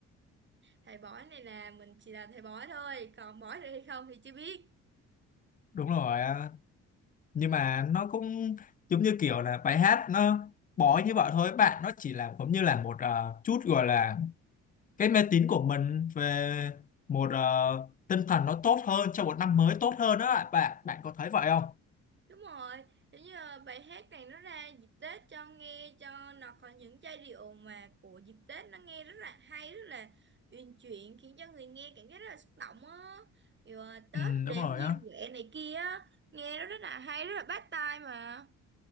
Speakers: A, on the right; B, on the left.
A: Thầy bói này là mình chỉ là thầy bói thôi, còn bói được hay không thì chưa biết.
B: đúng rồi á. nhưng mà nó cũng giống như kiểu là bài hát nó bói như vậy thôi bạn nó chỉ là giống như là một ờ, chút gọi là cái mê tín của mình về một ờ, tinh thần nó tốt hơn cho một năm mới tốt hơn đó ạ bạn bạn có thấy vậy không
A: Đúng rồi, giống như ờ, bài hát này nó ra dịp Tết cho nghe cho nó có những giai điệu mà của dịp Tết nó nghe rất là hay, rất là uyển chuyển khiến cho người nghe cảm giác rất là xúc động á. Kiểu ờ, Tết
B: Ừ,
A: đếm
B: đúng rồi
A: diêu
B: á
A: quẻ này kia á, nghe nó rất là hay, rất là bắt tai mà.